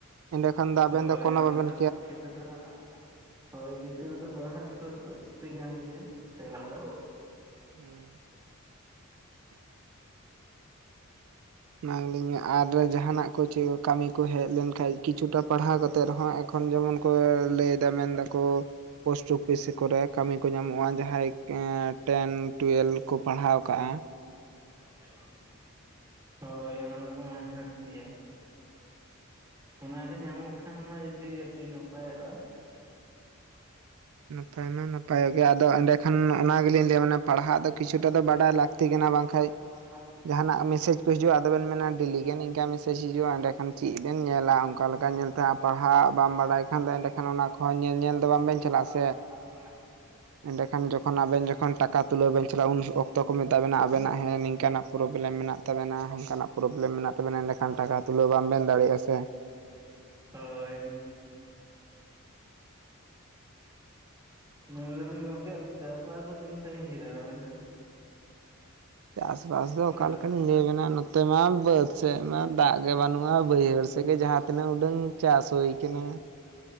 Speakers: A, on the right (about 75°); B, on the right (about 15°).
A: ᱮᱸᱰᱮ ᱠᱷᱟᱱ ᱫᱚ ᱟᱵᱮᱱ
B: ᱦᱳᱭ
A: ᱫᱚ ᱠᱳᱱᱳ ᱵᱟᱵᱮᱱᱼᱼ
B: <inaudible> ᱦᱳᱭ ᱠᱤᱪᱷᱩ ᱴᱟᱜ ᱫᱚ ᱯᱟᱲᱦᱟᱜ ᱫᱚ ᱞᱟᱹᱠᱛᱤ ᱠᱟᱱ ᱜᱮᱭᱟ ᱥᱮᱬᱟ ᱫᱚ
A: ᱦᱮᱸ ᱚᱱᱟ ᱜᱮᱞᱤᱧ ᱢᱮᱱ ᱟᱨ ᱡᱟᱦᱟᱱᱟᱜ ᱠᱚ ᱪᱮᱫ ᱠᱟᱹᱢᱤ ᱠᱚ ᱦᱮᱡ ᱞᱮᱱᱠᱷᱟᱡ ᱠᱤᱪᱷᱩᱴᱟ ᱯᱟᱲᱦᱟᱣ ᱠᱟᱛᱼᱼ ᱮᱱᱛᱮ ᱨᱮᱦᱚᱸ ᱮᱠᱷᱚᱱ ᱡᱮᱢᱚᱱ ᱠᱚ ᱞᱟᱹᱭ ᱫᱟ ᱢᱮᱱ ᱫᱟᱠᱚᱼᱼ ᱯᱳᱥᱴ ᱚᱯᱷᱤᱥᱤ ᱠᱚᱨᱮ ᱠᱟᱹᱢᱤ ᱠᱚ ᱧᱟᱢᱚᱜᱼᱟ ᱡᱟᱦᱟᱸᱭ ᱴᱮᱱ ᱴᱩᱭᱮᱞ ᱠᱚ ᱯᱟᱲᱦᱟᱣ ᱟᱠᱟᱜᱼᱟ ᱾
B: <inaudible> ᱦᱳᱭ ᱚᱱᱟ ᱫᱚᱠᱚ ᱢᱮᱱ <unintelligible> ᱚᱱᱟ ᱠᱚ ᱧᱟᱢᱚᱜ ᱠᱷᱟᱱ ᱢᱟ ᱡᱩᱫᱤ ᱟᱹᱰᱤ ᱱᱟᱯᱟᱭᱚᱜᱼᱟ᱾
A: ᱱᱟᱯᱟᱭ ᱢᱟ ᱱᱟᱯᱟᱭᱚᱜ ᱜᱮᱭᱟ ᱟᱫᱚ ᱚᱱᱟ ᱛᱟᱦᱮᱱᱟ ᱱᱟᱯᱟᱭ ᱚᱜ ᱜᱮᱭᱟ ᱟᱫᱚ ᱮᱸᱰᱮᱠᱷᱟᱱ ᱚᱱᱟ ᱜᱮᱞᱤᱧ ᱞᱟᱹᱭᱟ ᱢᱟᱱᱮ ᱯᱟᱲᱦᱟᱜ ᱫᱚ ᱠᱤᱪᱷᱩᱴᱟ ᱫᱚ ᱵᱟᱰᱟᱭ ᱞᱟᱹᱠᱛᱤ᱾
B: <unintelligible>
A: ᱠᱟᱱᱟ ᱵᱟᱝᱠᱷᱟᱡ ᱡᱟᱦᱟᱱᱟᱜ ᱢᱮᱥᱮᱡᱽ ᱠᱚ ᱦᱤᱡᱩᱜᱼᱟ ᱟᱫᱚᱵᱮᱱ ᱢᱮᱱᱟ ᱰᱮᱞᱤᱜᱮ ᱱᱤᱝᱠᱟ ᱢᱮᱥᱮᱡᱽ ᱦᱤᱡᱩᱜᱼᱟ ᱮᱸᱰᱮ ᱠᱷᱟᱱ ᱪᱮᱫ ᱵᱮᱱ ᱧᱮᱞᱟ ᱚᱱᱠᱟ ᱞᱮᱠᱟ ᱧᱮᱞᱼᱼᱼ ᱛᱟ ᱯᱟᱲᱦᱟᱜ ᱵᱟᱢ ᱵᱟᱰᱟᱭ ᱠᱷᱟᱱ ᱫᱚ ᱮᱸᱰᱮᱠᱷᱟᱱ ᱚᱱᱟ ᱠᱚᱦᱚᱸ ᱧᱮᱧᱮᱞ ᱫᱚ ᱵᱟᱝ ᱵᱮᱱ ᱪᱟᱞᱟᱜᱼᱟ ᱥᱮ
B: <inaudible>
A: <inaudible> ᱮᱸᱰᱮᱠᱷᱟᱱ ᱡᱚᱠᱷᱚᱱ ᱟᱵᱮᱱ ᱡᱚᱠᱷᱚᱱ ᱴᱟᱠᱟ ᱛᱩᱞᱟᱹᱣ ᱵᱮᱱ ᱪᱟᱞᱟᱜᱼᱟ ᱩᱱ ᱚᱠᱛᱚ ᱠᱚ ᱢᱮᱛᱟᱵᱮᱱᱟ ᱟᱵᱮᱱᱟᱜ ᱦᱮᱸ ᱱᱤᱝᱠᱟᱱᱟᱜ ᱯᱨᱳᱵᱞᱮᱢ ᱢᱮᱱᱟᱜᱼᱼ ᱛᱟᱵᱮᱱᱟ ᱚᱱᱠᱟᱱᱟᱜ ᱯᱨᱚᱵᱽᱞᱮᱢ ᱢᱮᱱᱟᱜ ᱛᱟᱵᱮᱱᱟ ᱮᱸᱰᱮᱠᱷᱟᱱ ᱴᱟᱠᱟ ᱛᱩᱞᱟᱹᱣ ᱵᱟᱝ ᱵᱮᱱ ᱫᱟᱲᱮᱭᱟᱜᱼᱟ ᱥᱮ
B: ᱦᱳᱭ ᱢᱮᱱ ᱫᱟᱞᱤᱧ ᱜᱚᱢᱠᱮ ᱪᱟᱥᱵᱟᱥ ᱫᱚ ᱛᱤᱱ ᱥᱟᱺᱜᱤᱧ ᱠᱮᱫᱟᱵᱮᱱ ᱟᱵᱮᱱ ᱫᱚ?
A: ᱪᱟᱥᱵᱟᱥ ᱫᱚ
B: ᱯᱩᱨᱟᱹᱣ?
A: ᱚᱠᱟᱞᱮᱠᱟᱞᱤᱧ ᱞᱟᱹᱭ ᱟᱵᱮᱱᱟ ᱱᱚᱛᱮᱼᱼ ᱱᱚᱛᱮᱢᱟ ᱵᱟᱹᱫ ᱥᱮᱫ ᱢᱟ ᱫᱟᱜ ᱜᱮ ᱵᱟᱹᱱᱩᱜᱼᱟ, ᱵᱟᱹᱭᱦᱟᱹᱲ ᱥᱮᱫ ᱜᱮ ᱡᱟᱦᱟᱸ ᱛᱤᱱᱟᱹᱜ ᱩᱰᱟᱹᱝ ᱪᱟᱥ ᱦᱳᱭ ᱠᱟᱱᱟ᱾